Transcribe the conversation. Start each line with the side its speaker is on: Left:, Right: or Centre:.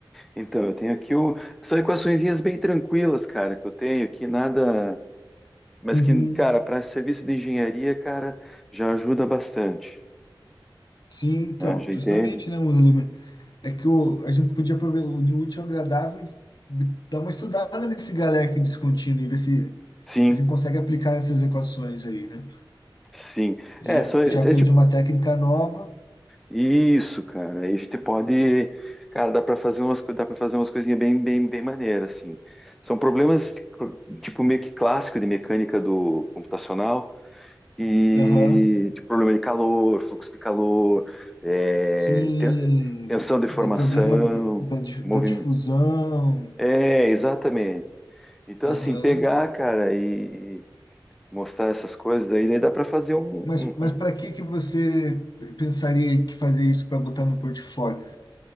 Centre: Então, eu tenho aqui o. São equaçõezinhas bem tranquilas, cara, que eu tenho aqui, nada. Mas
Left: Uhum.
Centre: que, cara, para serviço de engenharia, cara, já ajuda bastante.
Left: Sim, então,
Centre: né? Já
Left: justamente,
Centre: entende?
Left: né, um É que o, a gente podia aprove- unir o útil ao agradável e dar uma estudada nesse Galerkin descontínuo e ver se
Centre: Sim,
Left: a gente consegue aplicar nessas equações aí, né?
Centre: sim.
Left: Já,
Centre: É, só, é
Left: já
Centre: é
Left: aprendi
Centre: tipo,
Left: uma técnica nova.
Centre: isso, cara. Aí a gente pode, cara, dá para fazer umas, co- dá para fazer umas coisinhas bem, bem, bem maneiras, assim. São problemas tipo tipo meio que clássico de mecânica do computacional e
Left: Aham.
Centre: tipo, problema de calor, fluxo de calor, é,
Left: Sim,
Centre: ten- tensão de
Left: de
Centre: formação,
Left: problema d- da, di-
Centre: movimento.
Left: da difusão.
Centre: É, exatamente. Então,
Left: Aham.
Centre: assim, pegar, cara, e e mostrar essas coisas, daí, daí dá para fazer um,
Left: Mas,
Centre: um-
Left: mas
Centre: um-
Left: para que que você pensaria que fazer isso para botar no portfólio?